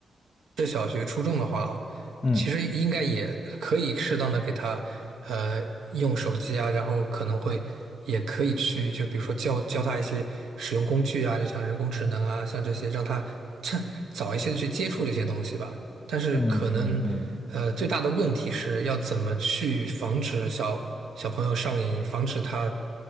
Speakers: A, on the right (about 80°); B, on the left (about 30°).
A: 是小学、初中的话啊，
B: 嗯
A: 其实应该也可以适当的给他，呃，用手机啊，然后可能会也可以去，就比如说教教他一些使用工具啊，就像人工智能啊，像这些，让他趁早一些的去接触这些东西吧。但是可能，
B: 嗯嗯嗯
A: 呃，最大的问题是要怎么去防止小小朋友上瘾，防止他，